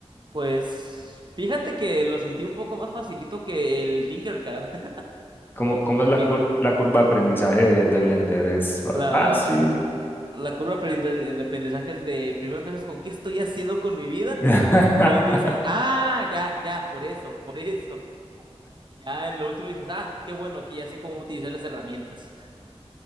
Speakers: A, on the right; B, on the left.
A: pues fíjate que lo sentí un poco más facilito que el Tinkercad, <laughs>
B: ¿Cómo, cómo
A: porque
B: es la, cur- la curva de aprendizaje de, de Blender? ¿Es fa-
A: La,
B: fácil?
A: la curva de aprendi- de aprendizaje es de primero empiezas con ¿qué estoy haciendo con mi vida?
B: <laughs>
A: Después dices, ah, ya, ya, por eso, por eso. Ya en lo último dices, ah, qué bueno, aquí ya sé cómo utilizar las herramientas.